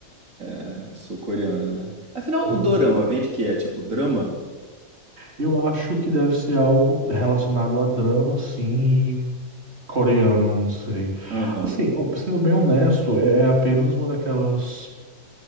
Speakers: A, on the right; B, on the right.
A: é, sul-coreana, né? Afinal,
B: Uhum.
A: o dorama vem de quê? É tipo drama?
B: Eu acho que deve ser algo relacionado a drama, sim, e coreano, não sei.
A: Aham.
B: Assim, sendo bem honesto, é é apenas uma daquelas